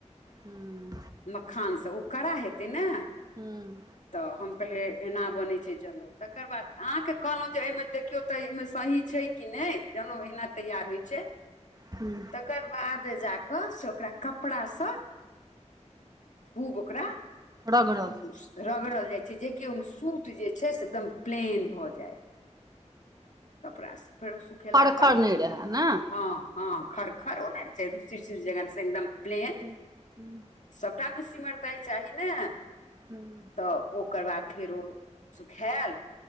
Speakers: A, on the right; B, on the left.
A: हम्म
B: मखानसँ ओ कड़ा हेतै ने।
A: हम्म
B: तऽ हम कहलियै एना बनैत छै जनेऊ, तकर बाद अहाँके कहलऊ जे एहिमे देखियौ त एहिमे सही छै कि नहि, जन‌ऊ अहिना तैयार होइ छै।
A: हम्म
B: तकर बाद जाकऽ से ओकरा कपड़ा स खूब ओकरा
A: रगड़ल।
B: सु रगड़ल जाइ छै, जेकि ओहिमे सूत जे छै, से एकदम प्लेन भऽ जाय। कपड़ा स फेर ओ सुखेलाके
A: खर खर
B: बाद
A: नहि रहै ने
B: हँ हँ खर खर ओ नहि रहै छै, रूसी तुस जेकां से एकदम प्लेन
A: हूं हम्म
B: सबटामे सिमरताइ चाही ने।
A: हम्म -हम्म
B: औ ओकर बाद फेर ओ सुखैएल।